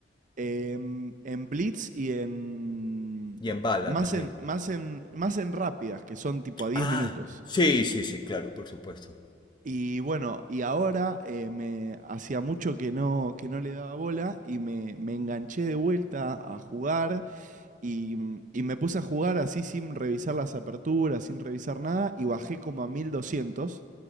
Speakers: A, on the right; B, on the left.
A: em, en Blitz y en.
B: y en bala
A: Más
B: también.
A: en, más en, más en rápidas, que son tipo a diez
B: Ah,
A: minutos.
B: sí, sí, sí, claro, por supuesto.
A: Y bueno, y ahora eh, me hacía mucho que no, que no le daba bola y me, me enganché de vuelta a jugar Y, y me puse a jugar así sin revisar las aperturas, sin revisar nada, y bajé como a 1200,